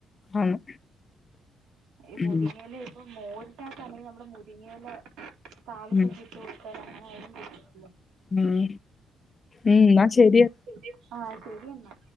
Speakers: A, on the left; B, on the right.
A: ആന്ന്
B: ഏഹ് മുരിങ്ങയില
A: ഉം
B: ഇപ്പൊ മോര്ട്ടാ <unintelligible> നമ്മള് മുരിങ്ങയില താളിച്ചോക്കെ
A: ഉം
B: ഇട്ടും കൊട്ക്കലാ. അങ്ങനെ ആയാലും തിന്നുവല്ലോ.
A: ഉം.. ഉം.. ന്നാ ശരിയ
B: ശരി. ആഹ് ശരിഎന്നാ